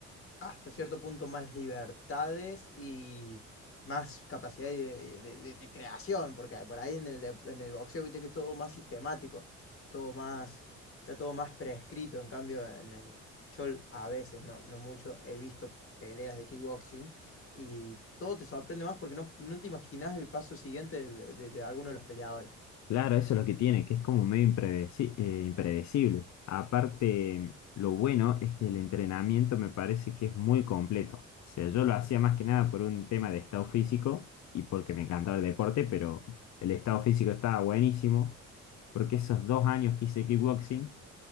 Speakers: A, on the left (about 45°); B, on the left (about 65°).
A: hasta cierto punto más libertades y más capacidad de, de- de- de creación, porque por ahí en el, de- en el boxeo viste que es todo más sistemático, todo más, está todo más prescrito, en cambio en el, yo a veces, no, no mucho, he visto peleas de kickboxing y todo te sorprende más porque no, no te imaginas el paso siguiente del- de, de alguno de los peleadores.
B: Claro, eso es lo que tiene, que es como medio impredeci- eh, impredecible. Aparte, lo bueno es que el entrenamiento me parece que es muy completo. O sea, yo lo hacía más que nada por un tema de estado físico y porque me encantaba el deporte, pero el estado físico estaba buenísimo, porque esos dos años que hice kickboxing,